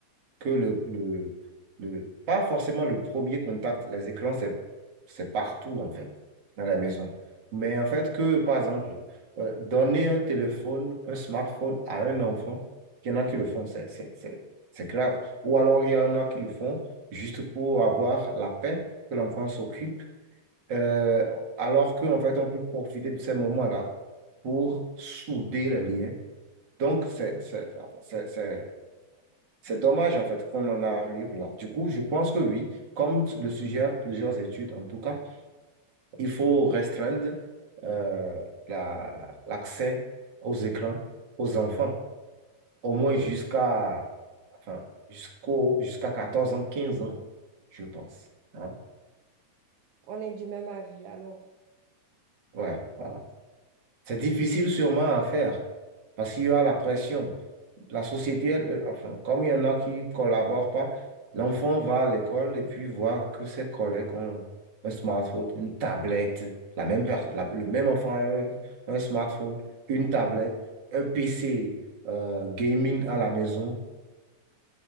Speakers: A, on the right; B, on the right.
A: que le, le, le- pas forcément le premier contact, les écrans, c'est, c'est partout, en fait, dans la maison. Mais en fait, que, par exemple, euh, donner un téléphone, un smartphone à un enfant, il y en a qui le font, c'est, c'est, c'est- c'est grave. Ou alors, il y en a qui le font juste pour avoir la paix que l'enfant s'occupe, euh, alors qu'en fait, on peut profiter de ces moments-là pour souder les liens. Donc, c'est, c'est, c'est, c'est- c'est dommage en fait qu'on en arrive là. Du coup, je pense que oui, comme t- le suggèrent plusieurs études en tout cas, il faut restreindre euh, la- la- l'accès aux écrans aux enfants, au moins jusqu'à enfin, jusqu'au, jusqu'à 14 ans, 15 ans, je pense. hein.
B: On est du même avis. Alors,
A: Ouais, voilà. C'est difficile sûrement à faire parce qu'il y a la pression. la société, elle, euh, enfin, comme il y en a qui ne collaborent pas, l'enfant va à l'école et puis voit que ses collègues ont un smartphone, une tablette. La même per- la- le même enfant a un, un smartphone, une tablette, un PC euh, gaming à la maison.